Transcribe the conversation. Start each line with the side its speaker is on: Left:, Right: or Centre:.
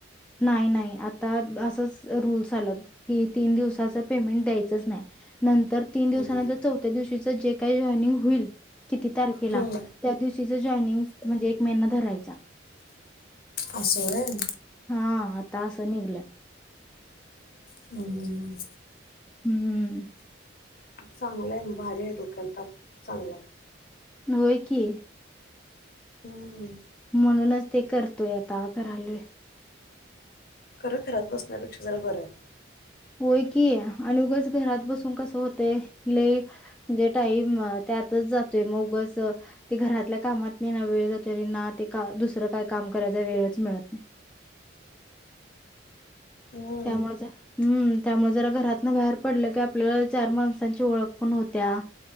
Centre: नाही नाही, आता असचं रूल्स आल्यात की तीन दिवसाच पेमेंट द्यायचच नाही. नंतर तीन दिवसानंतर
Left: हं.
Centre: चौथ्या दिवशीच जे काही जॉयनिंग होईल किती तारखेला,
Left: हं.
Centre: त्या दिवशी तीज जाॅयनिंग म्हणजे एक महिना धरायचा
Left: अस होय!
Centre: हा आता अस निघलयं
Left: हं
Centre: हम्म
Left: चांगलं आहे. भारी आहे. डोक्याला ताप चांगला आहे.
Centre: होय कि.
Left: हं.
Centre: म्हणूनच ते करतोय आता. करालोय.
Left: खरं घरात बसण्यापेक्षा जरा बरं आहे.
Centre: होय की आणि उगाच घरात बसून कसं होतय? लई म्हणजे टाईम त्यातच जातोय, मग उगच ते घरातल्या कामात नाही ना वेळ जातो आणि ना ते का दुसरं काय काम करायचा वेळच मिळत नाही.
Left: हं.
Centre: त्यामुळे हम्म त्यामुळे जरा घरातन बाहेर पडलं की आपल्याला चार माणसांची ओळख पण होत्या,